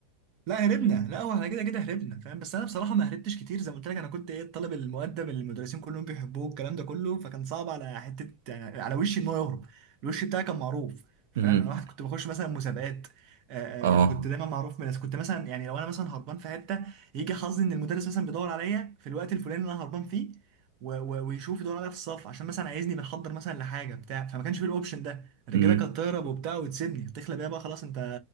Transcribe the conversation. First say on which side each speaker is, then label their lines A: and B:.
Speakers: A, on the right; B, on the right.
A: لا هربنا لا هو احنا كده كده هربنا فاهم بس انا بصراحه ما هربتش كتير زي ما قلت لك انا كنت ايه الطالب المؤدب اللي المدرسين كلهم بيحبوه الكلام ده كله فكان صعب على حته يعني على وشي ان هو يهرب الوش بتاعي كان معروف فاهم
B: امم
A: انا واحد كنت بخش مثلا مسابقات آآ
B: اه
A: آآ كنت دايما معروف من الناس كنت مثلا يعني لو انا مثلا هربان في حته يجي حظي ان المدرس مثلا بيدور عليا في الوقت الفلاني اللي انا هربان فيه و- و- ويشوف يدور عليا في الصف عشان مثلا عايزني بنحضر مثلا لحاجه بتاع فما كانش في الاوبشن ده الرجاله
B: امم
A: كانت تهرب وبتاع وتسيبني تخلى بيها بقى خلاص انت